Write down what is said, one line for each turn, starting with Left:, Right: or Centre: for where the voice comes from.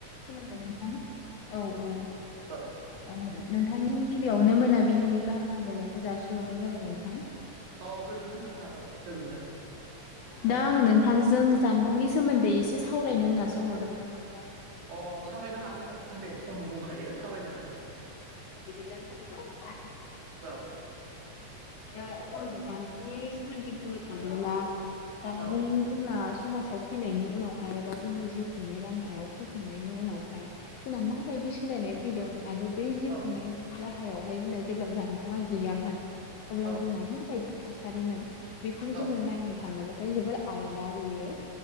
Left: खुलुमबाय नों औ औ
Right: औ
Left: ओ नोंथांनि गिबियावनो मोनाबिलिनि गाहाम हामलायनायखौ जासिहरनाय जाबाय नोंथां।
Right: औ गोजोन्थों नोंथां औ गोजोन्थों
Left: दा
Right: औ
Left: आं नोंथांजों जानबुंनि सोमोन्दै एसे सावरायनो होननासो हरदोंमोन नोंथां।
Right: अ सावरायनो हागोन नों थां दे। सम दंखायो सावरायनो हागोन।
Left: बिदिब्ला सावरायलायनोसै
Right: औ
Left: द जानबुंनि सोमोन्दै बुंनो थाङोब्ला जानबुं
Right: औ
Left: जोंना समाजाव फैनायनि उनावहाय बा जोंनि जिउ खुंनाय लामायाव फैखांनायनि उनावहाय जोंना माबायदि सोलायनाय फैदों आरो बै जिउ
Right: औ
Left: खुंनाय राहायावहाय जोंना जेब्ला जानबुंआ गैयामोन अब्ला
Right: औ
Left: जोंना मा बायदि थासारिमोन बेखौबो
Right: औ
Left: जोंङो नायनो थाङोबाथाय जबोोर आलादा बेयो।